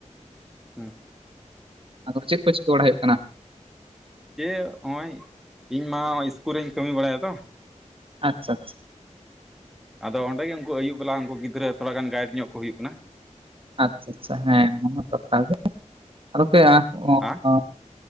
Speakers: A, in the centre; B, on the right.
A: ᱦᱮᱸ
B: ᱟᱫᱚ ᱪᱮᱫ ᱠᱚ ᱪᱤᱠᱟᱹ ᱵᱟᱲᱟ ᱦᱩᱭᱩᱜ ᱠᱟᱱᱟ
A: ᱪᱮᱫ ᱦᱚᱜᱼᱭ ᱤᱧ ᱢᱟ ᱤᱥᱠᱩᱞ ᱨᱮᱧ ᱠᱟᱹᱢᱤ ᱵᱟᱲᱟᱭᱟ ᱛᱚ
B: ᱟᱪᱪᱷᱟ
A: ᱟᱫᱚ ᱚᱸᱰᱮ ᱜᱮ ᱩᱱᱠᱩ ᱟᱹᱭᱩᱵ ᱵᱮᱞᱟ ᱩᱱᱠᱩ ᱜᱤᱫᱽᱨᱟᱹ ᱛᱷᱚᱲᱟ ᱜᱟᱱ ᱜᱟᱭᱤᱰ ᱧᱚᱜ ᱠᱚ ᱦᱩᱭᱩᱜ ᱠᱟᱱᱟ᱾
B: ᱟᱪᱪᱷᱟ ᱟᱪᱪᱷᱟ ᱦᱮᱸ ᱚᱱᱟ ᱢᱟ ᱫᱚᱨᱠᱟᱨ ᱜᱮ ᱟᱨ <inaudible>
A: ᱟ